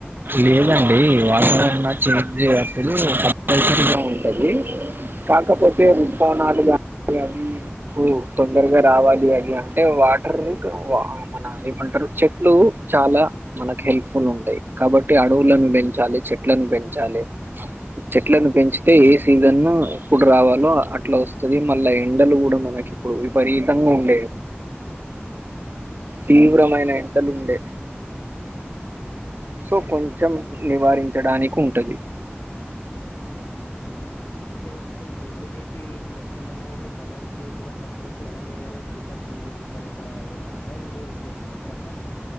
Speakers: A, on the right (about 50°); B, on the left (about 70°).
A: లేదండి వాతావరణం చేంజ్ అద అసలు <unintelligible> ఉంటది కాకపోతే ఉప్పనాలుగా అ <inaudible> ఉం తొందరగా రావాలి అది అంటే వాటర్ మన ఏమంటారు చెట్లు చాలా మనకు హెల్ప్ఫుల్ ఉంటాయి కాబట్టి అడవులను పెంచాలి చెట్లను పెంచాలి చెట్లను పెంచితే ఏ
B: సార్
A: సీజన్ను ఎప్పుడు రావాలో అట్లా వస్తుది మళ్ళ ఎండలు కూడా మనకి ఇప్పుడు విపరీతంగా ఉండేవి. తీవ్రమైన
B: సార్
A: ఎండలు ఉండే. సో
B: సార్
A: కొంచెం నివారించడానికి ఉంటది.
B: ఆహా అంటే ఇప్పుడు ఈ హ్యూమిడిటీ ఇది మొత్తం అనేది మనం చేసిన ప్రకృతి మనం మీదనే చూపెడుతుంది ఇది ఫరిత అది అని మీ ఉద్దేశం అంటరా సార్